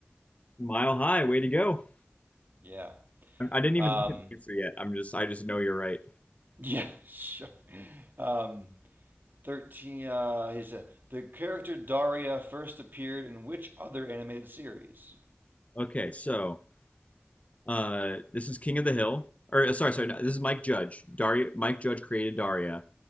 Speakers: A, on the left; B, on the right.
A: Mile High. Way to go.
B: Yeah.
A: I, I didn't
B: Um,
A: even look at the answer yet. I'm just I just know you're right.
B: yeah, <laughs> sure. Um, 13. Uh, he said, the character Daria first appeared in which other animated series?
A: Okay, so uh, this is King of the Hill. Or uh, sorry, sorry. No, this is Mike Judge. Daria. Mike Judge created Daria.